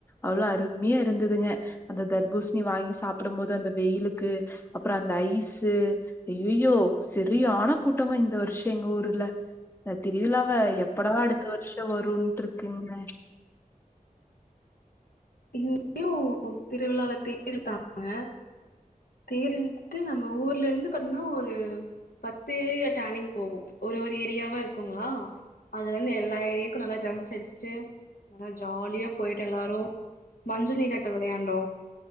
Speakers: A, on the left; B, on the left.
A: அவ்ளோ அருமியா இருந்ததுங்க அந்த தர்பூஷ்ணி வாங்கி சாப்பிடும் போது அந்த வெயிலுக்கு அப்புறோ அந்த ஐஸு ஐயயோ சரியான கூட்டங்க இந்த வர்ஷு எங்க ஊர்ல இந்த திருவிலாவ எப்படா அடுத்து வரு ருஷோ வருன்ட்ருக்குங்க
B: இங்யு திருவிழால தேர்ழு தாங்க தேரிழுத்துட்டு நம்ம ஊர்ல ருந்து பாத்தீங்ன்னா ஒரு பத்து ஏரியா டேனிங் போவோ ச்ச் ஒரு ஒரு ஏரியாவா இருக்குங்களா அதுலந்து எல்லா ஏரிக்கு நல்லா டிரம்ஸ் அடிஷ்ட்டு நல்லா ஜாலியா போய்ட்டு எல்லாரு மஞ்சள் நீராட்டோ விளையாண்டோ